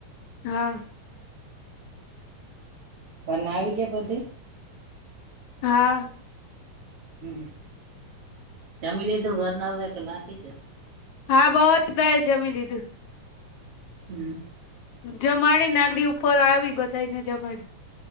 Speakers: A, on the left; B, on the right.
A: હા.
B: ઘર ના આવી ગયા બધી
A: હા.
B: હમ જમી લીધું ઘર ના હવે કે બાકી છે?
A: હા બધા જમી લીધું
B: હમ.
A: જમાડી નાગડી ઉપર આવી બધાને જમાડ.